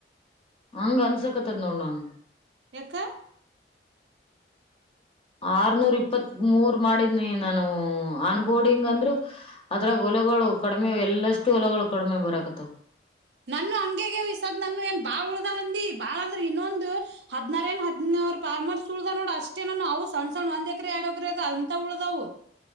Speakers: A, on the left; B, on the right.
A: ಹಂಗ ಅನ್ಸಕತ್ತದ ನೋಡ ನನ್
B: ಎಕ್ಕ
A: ಆರ್ನೂರ್ ಇಪ್ಪತ್ ಮೂರ್ ಮಾಡಿದ್ನಿ ನಾನು ಆನ್ ಬೋರ್ಡಿಂಗ್ ಅಂದ್ರು ಅದ್ರಾಗ ಹೊಲಗಳು ಕಡಿಮೆ ಎಲ್ಲಷ್ಟು ಹೊಲಗಳು ಕಡಿಮೆ ಬರಕತ್ತಾವ
B: ನಾನು ಹಂಗೆ ಆಗ್ಯವ ಈ ಸುದ್ದ ಏನ್ ಬಾಳ್ ಉಳ್ದಾವಂದಿ ಬಾಳ ಅಂದ್ರ ಇನ್ನೊಂದು ಹದ್ನಾರ ಏನ್ ಹದ್ನೂರ್ ಫಾರ್ಮರ್ಸ್ ಉಳ್ದ ನೋಡ ಅಷ್ಟೇ ನಾನ ಅವು ಸಣ್ ಸಣ್ಣ ಒಂದ್ ಎಕ್ರ ಎರಡು ಎಕ್ರ ಅದ ಅಂತ ಉಳ್ದವು